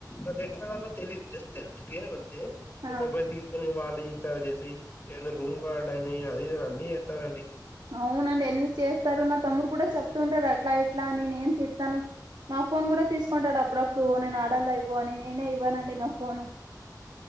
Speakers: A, on the left; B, on the right.
A: అది ఎట్ల ఆడాలో తెలీదు జస్ట్ తెల్సు గేమ్ అంతే నా
B: ఆ
A: మొబైల్ తీస్ కొని వాళ్ళే ఇన్స్టాల్ జేసి ఏదన్న రూమ్ కార్డ్ అని అది ఇది అన్ని చేత్తరండి
B: అవునండి ఎన్ని చేస్తారు నా తమ్ముడు కూడ చెప్తూ ఉంటాడు అట్లా ఇట్లా అని నేను తిడతాను నా ఫోన్ గూడ తీసుకుంటాడప్పుడప్పుడు నేను ఆడల్లా ఇవ్వు అని, నేనే ఇవ్వనండి నా ఫోన్.